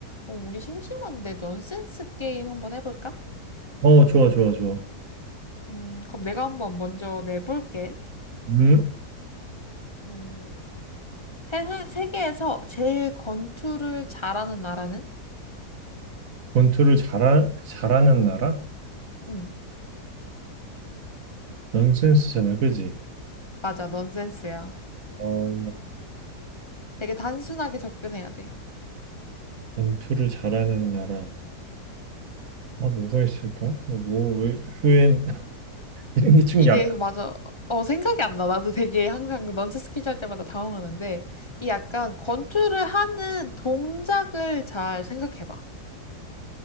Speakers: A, on the left; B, on the right.
A: 어, 우리 심심한데 넌센스 게임 한번 해볼까?
B: 어, 좋아, 좋아, 좋아.
A: 음, 그럼 내가 한번 먼저 내볼게.
B: 음,
A: 음, 세상, 세계에서 제일 권투를 잘하는 나라는?
B: 권투를 잘하, 잘하는 나라?
A: 음,
B: 넌센스잖아, 그지?
A: 맞아, 넌센스야.
B: 어,
A: 되게 단순하게 접근해야 돼.
B: 권투를 잘하는 나라. 아, 뭐가 있을까? 뭐, 왜, 왜, <laughs> 이런 게 좀
A: 이게
B: 약간.
A: 맞아. 어, 생각이 안 나. 나도 되게 항상 넌센스 퀴즈 할 때마다 당황하는데, 이 약간 권투를 하는 동작을 잘 생각해봐.